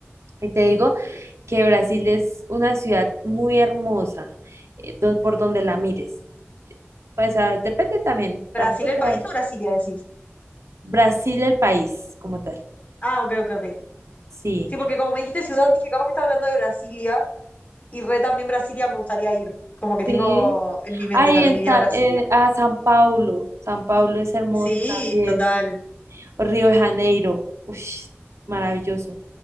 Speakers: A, on the right (about 75°); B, on the left (about 35°).
A: Y te digo
B: Ujú.
A: que Brasil es una ciudad muy hermosa, eh, do- por donde la mires. Pues ah, depende también.
B: ¿Brasil
A: Tampoco
B: el país o Brasilia decís?
A: Brasil el país como tal.
B: Ah, ok, ok, ok.
A: Sí,
B: Sí, porque como me dijiste ciudad, dije, capaz que está hablando de Brasilia y re también Brasilia me gustaría ir. Como que
A: sí.
B: tengo en mi mente
A: Ay,
B: también
A: en
B: iría
A: Sa-
B: a Brasilia.
A: en- a San Paulo. San Paulo es hermoso
B: Sí,
A: también.
B: total.
A: Río de Janeiro. Uy, maravilloso.